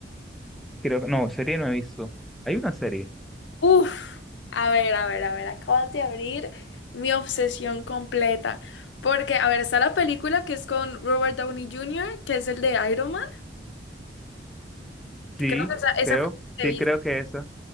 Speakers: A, in the centre; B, on the left.
A: creo que no, serie no he visto. Hay una serie.
B: Uf, a ver, a ver, a ver, acabas de abrir mi obsesión completa. Porque, a ver, está la película que es con Robert Downey Jr., que es el de Iron Man. Creo
A: Sí,
B: que esa, esa
A: creo.
B: fue la
A: Sí,
B: que vi.
A: creo que esa.